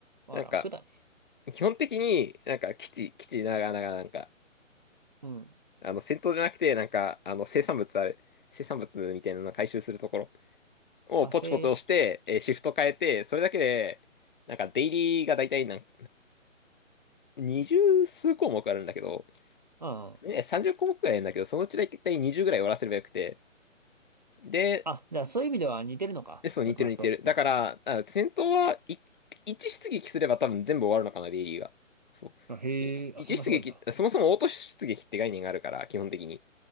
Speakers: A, on the right; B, on the left.
A: まあ、
B: なんか、
A: 楽だね。
B: 基本的になんか基地、基地ながらなんか、
A: うん。
B: あの戦闘じゃなくてなんか、あの生産物ある。生産物みたいなの回収するところ
A: あ、
B: をポチポチ押して、
A: へえ。
B: えーシフト変えて、それだけで、なんかデイリーが大体なん20数項目あるんだけど、
A: うん。
B: ね、30項目くらいあるんだけど、そのうちだいたい20ぐらい終わらせればよくて。で、
A: あ、じゃあそういう意味では似てるのか。
B: で、そう、似てる似てる。
A: マクマスと。
B: だから、あ、戦闘は1、い一出撃すれば多分全部終わるのかな、デイリーが。そう。
A: あ、へえ。
B: い一出撃って、
A: あ、そんなすごいんだ。
B: そもそもオート出撃って概念があるから、基本的に。